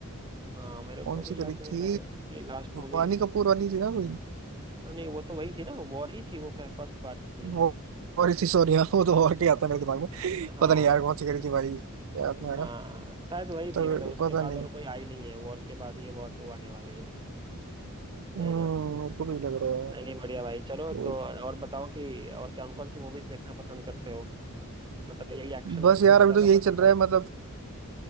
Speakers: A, on the right; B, on the right.
A: हाँ मेरे
B: कौन
A: को भी
B: सी करी
A: याद नहीं
B: थी
A: आ रहा है इसकी लास्ट मूवी
B: वानी कपूर वाली थी ना कोई
A: नहीं वो तो वही थी ना वॉर ही थी वो फर्स्ट पार्ट थी
B: वो और थी सॉरी यार वो तो और क्या आता है मेरे दिमाग में
A: हाँ
B: पता नहीं यार कौन सी करी थी भाई याद नहीं
A: हाँ
B: आ रहा
A: शायद वही थी
B: तो
A: मतलब उसके
B: पता
A: बाद
B: नहीं
A: और कोई आई नहीं है वॉर के बाद ये वॉर टू आने वाली है
B: हम्म
A: है
B: मेरे
A: ना
B: को भी लग रहा
A: नहीं नहीं बढ़िया भाई चलो
B: है
A: तो और बताओ कि और कौन कौन सी मूवीज देखना पसंद करते हो मतलब यही एक्शन
B: बस
A: एक्शन
B: यार
A: पर
B: अभी
A: ज्यादा
B: तो यही
A: पसंद
B: चल रहा
A: है
B: है मतलब